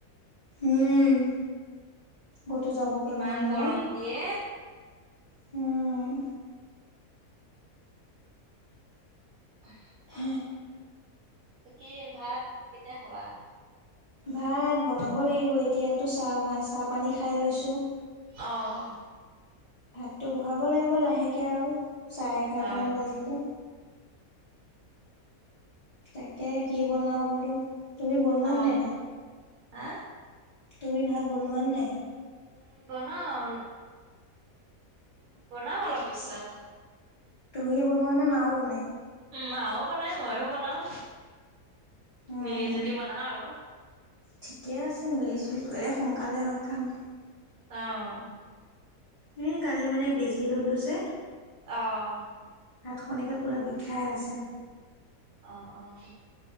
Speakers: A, on the left; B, on the right.
A: উম কতো যাব
B: ইমান
A: কৰিব নোৱাৰা
B: গৰম দিয়ে,
A: হম
B: অ
A: হ
B: ত কি ভাত কেতিয়া খাবা
A: ভাত বনাব লাগিব এতিয়ো চাহ ভ চাহ পানী খাই লৈছো
B: অঁ
A: ভাতটো বহাব লাগিব লাহেকে আৰু চাৰে এঘাৰটামান
B: অ',
A: বাজিলে তাকে কি বনাওঁ বোলো তুমি বনোৱা
B: অ',
A: নাই ভাত
B: হা
A: তুমি ভাত বনোৱা নাই
B: উম বনাও বনাম অলপ পিছত
A: তুমি বনোৱা নে মাও বনাই
B: উম মাও বনাই ময়ও বনাওঁ
A: উম
B: মিলি জুলি বনাও আৰু
A: ঠিকে আছে মিলি জুলি কৰিলে সোনকালে আৰু কাম
B: আহ
A: উ কালি মানে বেজি ললো যে
B: আহ
A: হাতখননেকে পূৰা বিষাই আছে
B: আহ আহ